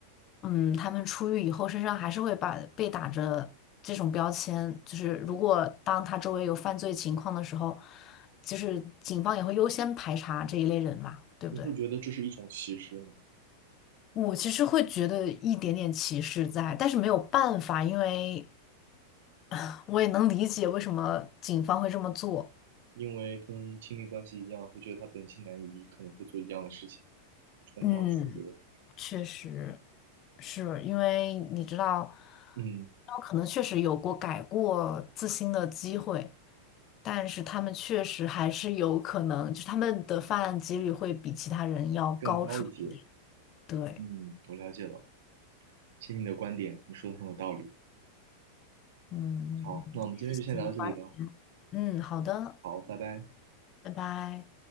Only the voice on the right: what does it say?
对，
你会觉得这是一种歧视吗？
因为跟亲密关系一样，会觉得他本性难移，可能会做一样的事情，重蹈覆辙，
嗯，
更高一些。
嗯，我了解了，谢谢你的观点，你说的很有道理。
好，那我们今天就先聊到这里吧。
好，拜拜。